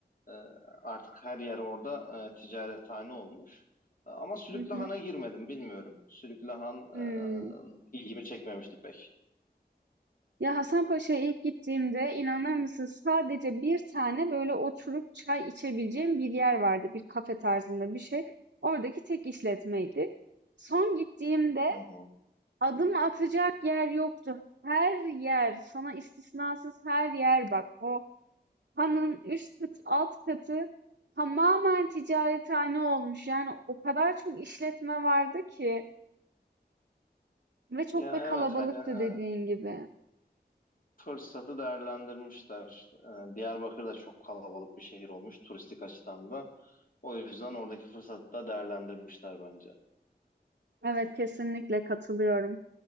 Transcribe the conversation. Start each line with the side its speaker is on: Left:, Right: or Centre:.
Left: E, artık her yer orada e, ticarethane olmuş. E, Ama Sülüklü
Right: Hı hı.
Left: Han'a girmedim bilmiyorum. Sülüklü Han
Right: Hımm.
Left: e, ilgimi çekmemişti pek.
Right: Ya Hasanpaşa'ya ilk gittiğimde inanır mısın sadece bir tane böyle oturup çay içebileceğim bir yer vardı. Bir kafe tarzında bir şey. Oradaki tek işletmeydi. Son gittiğimde
Left: Hı hı.
Right: adım atacak yer yoktu. Her yer, sana istisnasız her yer bak. O hanın üst katı, alt katı tamamen ticarethane olmuş. Yani o kadar çok işletme vardı ki. Ve çok
Left: Ya
Right: da kalabalıktı
Left: evet hani
Right: dediğin
Left: e,
Right: gibi.
Left: fırsatı değerlendirmişler. Ee, Diyarbakır da çok kalabalık bir şehir olmuş turistik açıdan da. O yüzden oradaki fırsatı da değerlendirmişler bence.
Right: Evet kesinlikle katılıyorum.